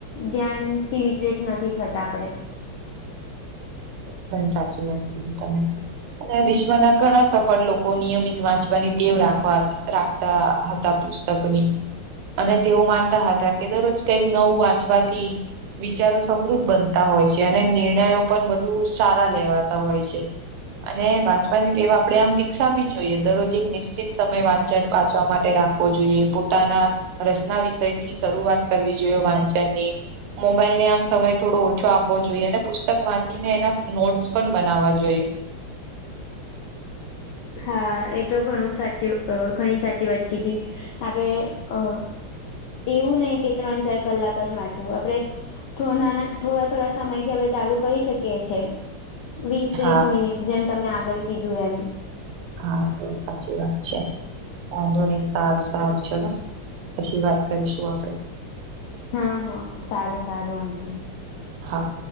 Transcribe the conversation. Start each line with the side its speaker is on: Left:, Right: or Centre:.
Left: ધ્યાનથી વિતરિત નથી થતા આપણે.
Right: હા સાચી વાત કરીધ તમે. અને વિશ્વના ઘણા સફળ લોકો નિયમિત વાંચવાની ટેવ રાખવા હતા. રાખતા હતા પુસ્તકની. અને તેઓ માનતા હતા કે દરરોજ કઈક નવું વાંચવાથી વિચારો સમૃદ્ધ બનતા હોય છે અને નિર્ણયો પણ વધુ સારા લેવાતા હોય છે. અને વાંચવાની ટેવ આપડે આમ વિકસાવવી જોઈએ દરરોજ એક નિશ્ચિત સમય વા વાંચવા માટે રાખ જોઈએ પોતાના રચના વિષય થી શરૂઆત કરવી જોઈએ વાંચન ની. મોબાઈલ ને આમ સમય થોડો ઓછો આપવો જોઈએ અને પુસ્તક વાંચીને એના નોટ્સ પણ બનાવવા જોઈએ.
Left: હા એ તો ઘણું સાચું ઘણી સાચી વાત કીધી. આપણે અ એવું નહી કે ત્રણ ચાર કલાક જ વાંચવું આપડે. નાના થોડા થોડા સમયથી આપણે ચાલુ કરી શકીએ છીએ. વીસ ત્રીસ
Right: હા
Left: મિનિટ જેમ તમે આગળ કીધું એમ.
Right: હા તો સાચી વાત છે, વાંધો નઈ સારું સારું ચલો. પછી વાત કરીશું આપડે.
Left: હા હા સારું સારું આંધ.
Right: હા.